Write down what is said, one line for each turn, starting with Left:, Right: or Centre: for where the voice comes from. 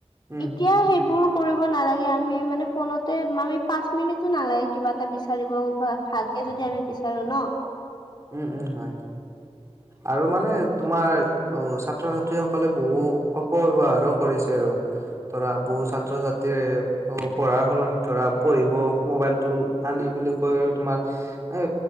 Right: উম
Left: এতিয়া সেইবোৰ কৰিব নালাগে আমি মানে ফোনতে আমি পাঁচ মিনিটো নালাগে কিবা এটা বিচাৰিব বা ভালকে যদি আমি বিচাৰো ন?
Right: উম উম হয় আৰু মানে তোমাৰ অ ছাত্ৰ -ছাত্ৰীসকলে বহু অপব্যৱহাৰো কৰিছে আৰু। ধৰা বহুত ছাত্ৰ - ছাত্ৰীয়ে পঢ়াৰ সলনিত ধৰা পঢ়িব মোবাইলটো আনি বুলি কয় আৰু তোমাৰ এ